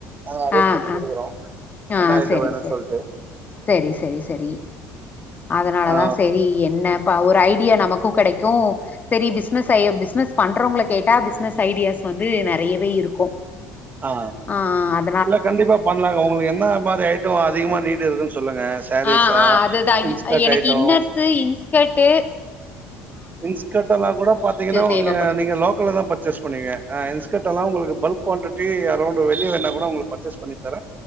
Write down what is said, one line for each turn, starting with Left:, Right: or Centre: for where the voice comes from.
Right: நாங்க அரேஞ்ச்
Left: ஆஹ்
Right: பண்ணி
Left: ஆஹ்
Right: குடுக்குறோ
Left: ஆஹ்
Right: என்ன ஐட்டோ
Left: செரி
Right: வேணுன்னு
Left: செரி
Right: சொல்ட்டு
Left: செரி செரி செரி அதனாலதான்
Right: ஆ
Left: செரி என்ன ஒரு ஜப் பிரியா நமக்கும் கெடைக்கும் சரி பிசினஸ் ஐ பிஸ்னஸ் பண்றவங்கள கேட்டா பிஸ்னஸ் ஐடியாஸ் வந்து நெறையவே இருக்கும்
Right: ஆ
Left: ஆஹ் ஆஹ்
Right: இல்ல கண்டிப்பா பண்ணலாங்க உங்களுக்கு என்ன மாதிரி ஐட்டம் அதிகமா நீடு இருக்குன்னு சொல்லுங்க சாரீஸா
Left: ஆஹ் ஆஹ் அதுதான்
Right: இன்ஸ்கர்ட்
Left: எனக்கு
Right: ஐட்டோ
Left: இன்னர்ஸ் இன்ஸ்கர்ட்
Right: இன்ஸ்க்ட் எல்லாம் கூட பாத்தீங்கன்னாங்க
Left: தேவப்படுது
Right: நீங்க லோக்கல்ல தான் பர்ச்சேஸ் பண்ணுவீங்க இன்ஸ்கட் எல்லாம் உங்களுக்கு பல்க் குவன்றட்டி யரோண்ட வெளிய வேணா கூட உங்களுக்கு பர்ச்சேஸ் பண்ணி தரே